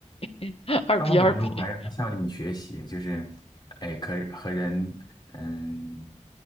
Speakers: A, on the left; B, on the left.
A: <laughs> 二
B: 但我感觉我还是要向你们学习，
A: B 二 B，
B: 就是，哎，可和人嗯